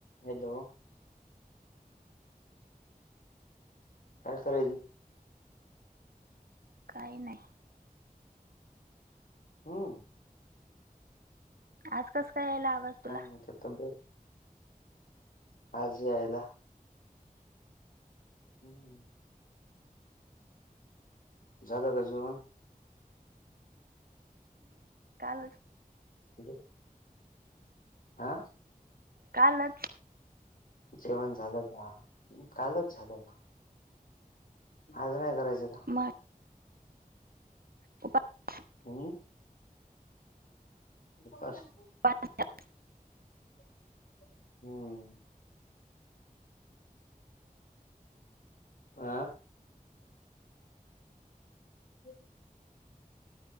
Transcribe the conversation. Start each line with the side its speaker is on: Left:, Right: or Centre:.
Left: Hello. काय करायच.
Right: काही नाही.
Left: हम्म.
Right: आज कस काय यायला आवाज. तुला
Left: काय म्हणते तबेत. आज आहेयला. हुम्म. झालं का जेवन.
Right: का बरं.
Left: हो <unintelligible> आ.
Right: कालच.
Left: जेवण झालं का कालच झालं बघ. आज नाही करायचं का.
Right: मा तुपा <inaudible>
Left: हुम. उपाशी.
Right: हा हा <inaudible>
Left: बोल की. हुम्म. आ. येत नाही.